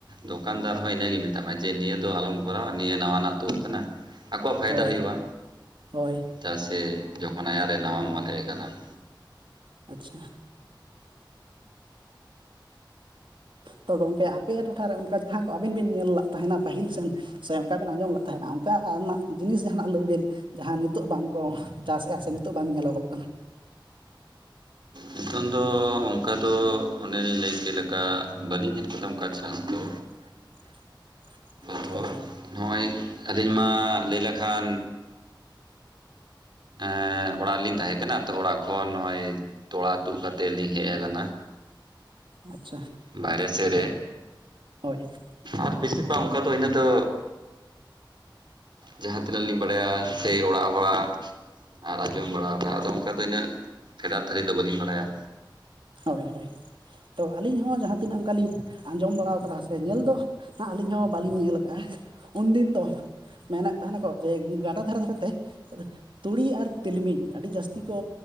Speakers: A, on the right; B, on the right.
A: ᱫᱚᱠᱟᱱᱫᱟᱨ ᱦᱚᱸᱭ ᱤᱱᱟᱹᱜᱮ ᱢᱮᱛᱟᱢᱟ ᱡᱮ ᱱᱤᱭᱟᱹ ᱫᱚ ᱟᱞᱚᱢ ᱠᱚᱨᱟᱣᱟ ᱱᱤᱭᱟᱹ ᱱᱟᱣᱟᱱᱟᱜ ᱛᱩᱜ ᱟᱠᱟᱱᱟ᱾ ᱟᱠᱚᱣᱟᱜ ᱯᱷᱟᱭᱫᱟ
B: ᱦᱳᱭ
A: ᱦᱩᱭᱩᱜᱼᱟ
B: ᱦᱳᱭ
A: ᱪᱟᱜ ᱥᱮ ᱡᱚᱠᱷᱚᱱ ᱟᱭᱟᱜ ᱨᱮ ᱱᱟᱣᱟ <unintelligible> ᱦᱮᱡ ᱟᱠᱟᱱᱟ ᱾
B: ᱟᱪᱪᱷᱟ ᱾ ᱛᱚ ᱜᱚᱝᱠᱮ ᱟᱯᱮ ᱴᱚᱴᱷᱟ ᱨᱮ ᱚᱱᱠᱟ ᱡᱟᱦᱟᱸ ᱠᱚ ᱟᱵᱤᱱ ᱵᱤᱱ ᱧᱮᱞ ᱞᱟᱜᱼᱟ ᱛᱟᱦᱮᱸᱱᱟ ᱯᱟᱹᱦᱤᱞ ᱥᱮᱱ ᱥᱮ ᱚᱱᱠᱟ ᱵᱤᱱ ᱟᱸᱡᱚᱢ ᱞᱮᱜ ᱛᱟᱦᱮᱸᱱᱟ ᱚᱱᱠᱟᱱᱟᱜ ᱡᱤᱱᱤᱥ ᱡᱟᱦᱟᱱᱟᱜ ᱞᱟᱹᱭ ᱵᱤᱱ ᱡᱟᱦᱟᱸ ᱱᱤᱛᱚᱜ ᱵᱟᱝᱠᱚ ᱪᱟᱥᱮᱜᱼᱟ ᱥᱮ ᱱᱤᱛᱚᱜ ᱵᱟᱝ ᱧᱮᱞᱚᱜᱚᱜ ᱠᱟᱱᱟ᱾
A: ᱱᱤᱛᱚᱝ ᱫᱚ ᱚᱱᱠᱟ ᱫᱚ ᱚᱱᱮᱞᱤᱧ ᱞᱟᱹᱭ ᱪᱮᱫ ᱞᱮᱠᱟ ᱵᱟᱹᱞᱤᱧ ᱧᱮᱞ ᱟᱠᱟᱫᱟ ᱚᱱᱠᱟ ᱪᱟᱥ ᱫᱚ᱾
B: <inaudible>
A: <unintelligible>
B: ᱦᱳᱭ
A: ᱱᱚᱜᱼᱚᱭ ᱟᱹᱞᱤᱧ ᱢᱟ ᱞᱟᱹᱭ ᱞᱮᱠᱷᱟᱱ ᱮᱸ ᱚᱲᱟᱜ ᱨᱮᱞᱤᱧ ᱛᱟᱦᱮᱸ ᱠᱟᱱᱟ ᱛᱚ ᱚᱲᱟᱜ ᱠᱷᱚᱱ ᱱᱚᱜ-ᱚᱭ ᱛᱚᱲᱟ ᱛᱩᱜ ᱠᱟᱛᱮᱜ ᱞᱤᱧ ᱦᱮᱜ ᱟᱠᱟᱱᱟ᱾
B: ᱟᱪᱪᱷᱟ
A: ᱵᱟᱭᱨᱮ ᱥᱮᱜ ᱨᱮ
B: ᱦᱚᱭ ᱾
A: ᱟᱨ ᱵᱤᱥᱤ ᱫᱚ ᱵᱟᱝ ᱚᱱᱠᱟ ᱫᱚ ᱤᱱᱟᱹ ᱫᱚ ᱡᱟᱦᱟᱸ ᱛᱤᱱᱟᱹᱜ ᱞᱤᱧ ᱵᱟᱲᱟᱭᱟ ᱥᱮ ᱚᱲᱟᱜ ᱦᱚᱲᱟᱜ ᱟᱨ ᱟᱡᱚᱢ ᱵᱟᱲᱟᱣ ᱟᱠᱟᱜ ᱟᱫᱚ ᱚᱱᱠᱟ ᱫᱚ ᱤᱱᱟᱹᱜ ᱯᱷᱮᱰᱟᱛ ᱫᱷᱟᱹᱨᱤᱡ ᱫᱚ ᱵᱟᱹᱞᱤᱧ ᱵᱟᱲᱟᱭᱟ᱾
B: ᱦᱚᱭ ᱦᱚᱭ ᱛᱚ ᱟᱹᱞᱤᱧ ᱦᱚᱸ ᱡᱟᱦᱟᱸ ᱛᱤᱱᱟᱹᱜ ᱚᱱᱠᱟᱞᱤᱧ ᱟᱸᱡᱚᱢ ᱵᱟᱲᱟᱣ ᱟᱠᱟᱫᱟ ᱥᱮ ᱧᱮᱞ ᱫᱚ ᱦᱟᱸᱜ ᱟᱹᱞᱤᱧ ᱦᱚᱸ ᱵᱟᱹᱞᱤᱧ ᱧᱮᱞᱟᱜᱼᱟ ᱩᱱᱫᱤᱱ ᱫᱚ ᱢᱮᱱᱮᱫ ᱛᱟᱦᱮᱸᱱᱟᱠᱚ ᱡᱮ ᱜᱟᱰᱟ ᱫᱷᱟᱨᱮ ᱫᱷᱟᱨᱮ ᱛᱮ ᱛᱩᱲᱤ ᱟᱨ ᱛᱤᱞᱢᱤᱧ ᱟᱹᱰᱤ ᱡᱟᱹᱥᱛᱤ ᱠᱚ